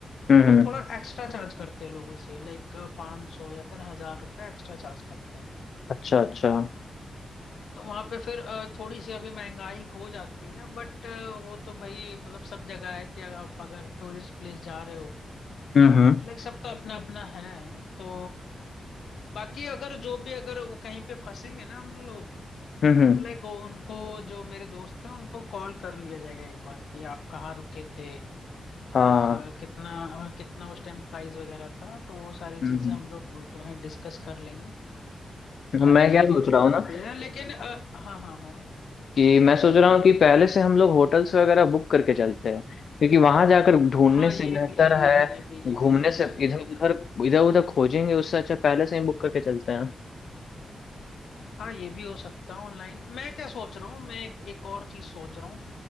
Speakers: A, on the left (about 60°); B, on the left (about 75°).
A: हम्म,
B: वो
A: हम्म,
B: थोड़ा एक्स्ट्रा चार्ज करते हैं लोगों से लाइक पाँच सौ या फिर हजार रुपए एक्स्ट्रा चार्ज करते हैं
A: अच्छा अच्छा हम्म,
B: तो वहां पे फिर अ, थोड़ी सी अभी महंगाई हो जाती है बट वो तो भाई मतलब सब जगह है कि आप अगर टूरिस्ट प्लेस जा रहे हो
A: हम्म,
B: लाइक सबका अपना अपना है तो बाकी अगर जो भी अगर वो कहीं पे फंसेंगे ना हम लोग
A: हम्म हम्म,
B: तो लाइक उनको जो मेरे दोस्त हैं उनको कॉल कर लिया जाएगा एक बार कि आप कहाँ रुके थे
A: हाँ
B: लाइक कितना कितना उस टाइम प्राइस वगैरह था तो वो सारी चीजें
A: हम्म,
B: हम लोग जो है डिस्कस कर लेंगे
A: मैं
B: सारी
A: क्या
B: चीजें
A: सोच रहा हूँ
B: जो
A: ना
B: भी है लेकिन अ, हाँ हाँ हाँ
A: कि मैं सोच रहा हूँ कि पहले से हम लोग होटल्स वगैरह बुक करके चलते हैं क्योंकि वहां जाकर ढूंढने
B: हाँ
A: से
B: ये
A: बेहतर
B: भी ये
A: है
B: भी ये भी ये
A: घूमने
B: भी ये भी
A: से
B: हो जाएगा
A: इधर उधर इधर उधर खोजेंगे उससे अच्छा पहले से ही बुक करके चलते हैं
B: हाँ ये भी हो सकता है ऑनलाइन मैं क्या सोच रहा हूँ मैं एक, एक और चीज सोच रहा हूँ